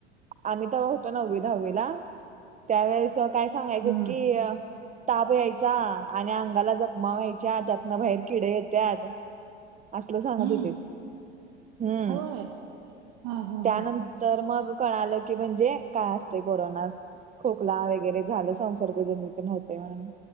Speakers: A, on the right (about 20°); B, on the right (about 55°).
A: आम्ही तवा हो होतो नववी, दहावीला. त्यावेेळेस काय सांगायचेत
B: हम्म
A: की ताप यायचा आणि अंगाला जखमा व्हायच्या, त्यातनं बाहेर किडे येत्यात. असलं सांगत
B: हम्म
A: होतीत. हम्म.
B: होय हा हा
A: त्यानंत
B: हा
A: तर मग कळालं की म्हणजे काय असते कोरोना. खोकला वगैरे झालं संसर्ग जन्य तेन होतंय म्हणून.